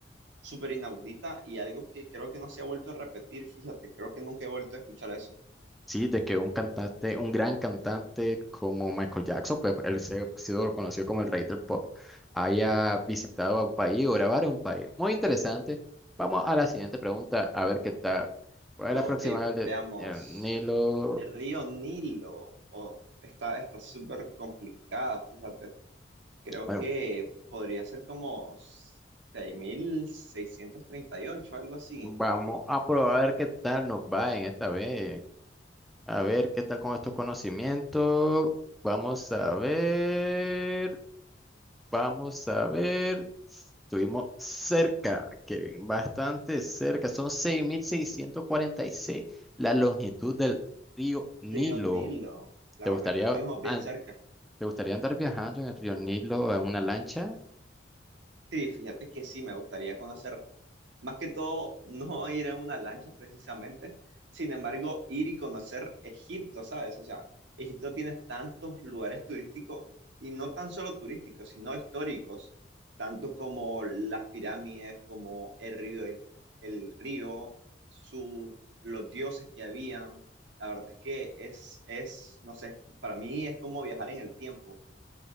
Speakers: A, on the right; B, in the centre.
A: súper inaudita y algo que creo que no se ha vuelto a repetir. Fíjate, creo que nunca he vuelto a escuchar eso.
B: Sí, de que un cantante, un gran cantante como Michael Jackson, pues él se ha sido reconocido como el rey del pop, haya visitado a un país o grabar en un país. Muy interesante. Vamos a la siguiente pregunta, a ver qué tal. ¿Cuál
A: Ok,
B: es la próxima del
A: veamos.
B: el Nilo?
A: El río Nilo. Oh, está, está súper complicada, fíjate. Creo
B: Bueno,
A: que podría ser como 6.638, algo así.
B: vamos a probar a ver qué tal nos va en esta vez. A ver qué tal con estos conocimientos. Vamos a ver. Vamos a ver. Estuvimos cerca, Kevin, bastante cerca. Son 6.646 la longitud del río Nilo.
A: Río Nilo. La
B: ¿Te gustaría,
A: verdad, estuvimos bien
B: an-
A: cerca.
B: te gustaría andar viajando en el río Nilo en una lancha?
A: Sí, fíjate que sí, me gustaría conocer, más que todo, <laughs> no ir en una lancha precisamente, sin embargo, ir y conocer Egipto, ¿sabes? O sea, Egipto tiene tantos lugares turísticos y no tan solo turísticos, sino históricos, tanto como las pirámides, como el río, el río, sus, los dioses que habían. La verdad es que es, es, no sé, para mí es como viajar en el tiempo.